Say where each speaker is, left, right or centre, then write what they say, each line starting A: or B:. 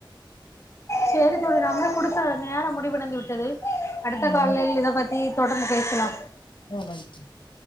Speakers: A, on the left; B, on the left.
A: சேரி தோழி நம்ம குடு சிஸ்டர் நேரம் முடிவடைந்து விட்டது அடுத்த
B: ம்
A: கால்ல
B: நன்றி
A: இத பத்தி தொடர்ந்து பேசலா
B: <unintelligible>